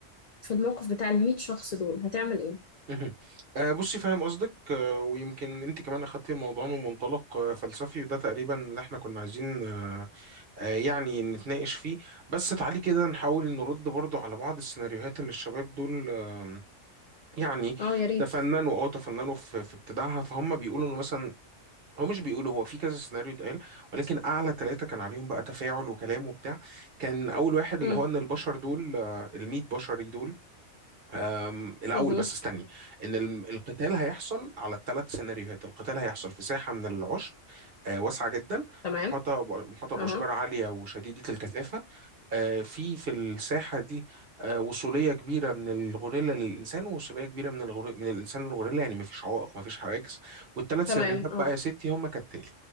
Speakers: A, on the left (about 70°); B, on the right (about 55°).
A: في الموقف بتاع ال 100 شخص دول هتعمل ايه
B: مهم. آه بصي فاهم قصدك آه ويمكن انت كمان اخدتي الموضوع من منطلق آه فلسفي وده تقريبا اللي احنا كنا عايزين آه آه، يعني نتناقش فيه بس تعالي كده نحاول نرد برضو على بعض السيناريوهات اللي الشباب دول آم، يعني
A: اه يا ريت
B: تفننوا او تفننوا في في ابتداعها فهم بيقولوا انه مثلا هو مش بيقولوا هو في كذا سيناريو اتقال ولكن اعلى ثلاثة كان عليهم بقى تفاعل وكلام وبتاع كان اول واحد اللي
A: امم
B: هو ان البشر دول آه، الميت بشري دول آم، الاول
A: امم
B: بس استني ان ال- القتال هيحصل على الثلاث سيناريوهات القتال هيحصل في ساحة من العشب آه، واسعة جدا
A: تمام
B: محاطة محاطة بأشجار
A: اها
B: عالية وشديدة الكثافة آه، في في الساحة دي آه، وصولية كبيرة من الغوريلا للإنسان ووصولية كبيرة من الغور... من الإنسان للغوريلا يعني مفيش عوائق مفيش حواجز والثلاث
A: تمام
B: سيناريوهات
A: اه
B: بقى يا ستي هم كالتالي